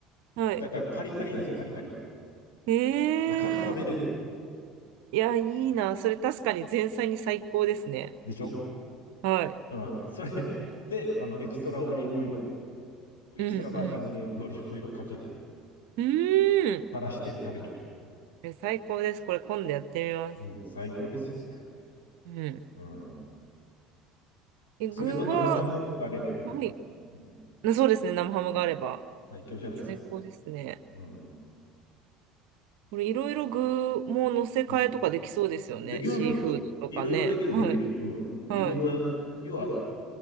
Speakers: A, on the right; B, on the left.
A: はい。
B: だからパリパリなんですよ、パリパリ。
A: ええ
B: だから軽く食べれる。
A: いや、いいな。それ確かに前菜に最高ですね。
B: でしょ
A: はい。
B: うん。それで、あの、エクストラオリーブオイルを、エクストラバージンオリーブ、
A: うんうん。
B: オリーブオイルをかける。
A: うーん。
B: 垂らして食べる。
A: え最高です。これ今度やってみます。
B: うん、最高ですよ、それ。
A: うん。
B: うん。
A: え、
B: それと生ハムあればね、
A: 具は、はい。
B: うん、
A: なそうですね。生ハムがあれば。
B: 最強じゃないですか。
A: 最高ですね。
B: うん。
A: これいろいろ具も乗せ替えとかできそうですよね。
B: うん。できますよ。
A: シーフードとかね。
B: いろいろできる、
A: はい。
B: できる。うん。いろんな、
A: はい。
B: 要は、